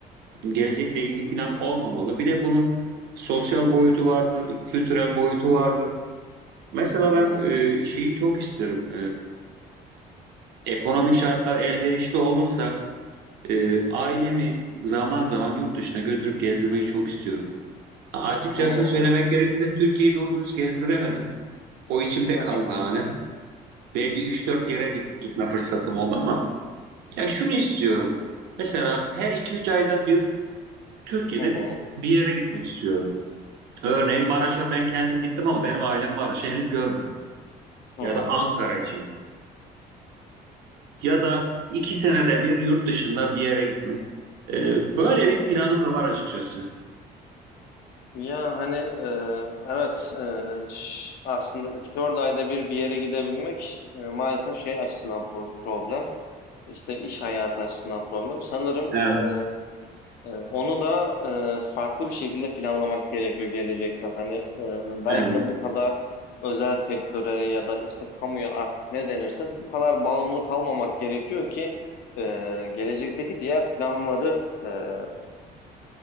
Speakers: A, on the right; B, on the left.
A: gelecekle ilgili plan olmamalı. Bir de bunun sosyal boyutu vardır, kültürel boyutu vardır. Mesela
B: Hı hı.
A: ben e, şeyi çok isterim. E, ekonomik şartlar elverişli olursa e, ailemi zaman zaman yurt dışına götürüp gezdirmeyi çok istiyorum. Açıkçasını
B: Hı.
A: söylemek gerekirse Türkiye'yi doğru dürüst gezdiremedim. O içimde
B: <laughs>
A: kaldı hani. Belli üç dört yere git, gitme fırsatım oldu ama ya şunu istiyorum. Mesela her iki üç ayda bir Türkiye'de
B: Hı hı.
A: bir yere gitmek istiyorum. Örneğin Maraş'a ben kendim gittim ama benim ailem Maraş'ı henüz görmedi.
B: Hı
A: Ya
B: hı.
A: da Ankara için. ya da iki senede bir yurt dışında bir yere gitmek. Ee, böyle
B: Hı hı.
A: bir planım da var açıkçası.
B: Ya hani eee, evet eee, ş- aslında üç dört ayda bir bir yere gidebilmek eee, maalesef şey açısından pro- problem. İşte iş hayatı açısından problem. Sanırım
A: Evet,
B: eee, eee, onu da eee, farklı bir şekilde planlamak gerekiyor gelecekte. Hani eee, belki
A: evet,
B: de bu kadar özel sektöre ya da işte kamuya artık ne denirse bu kadar bağımlı kalmamak gerekiyor ki eee, gelecekteki diğer planları eee,